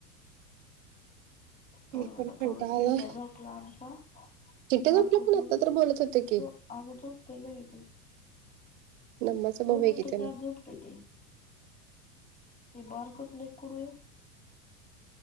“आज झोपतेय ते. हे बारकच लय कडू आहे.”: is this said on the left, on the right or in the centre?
Left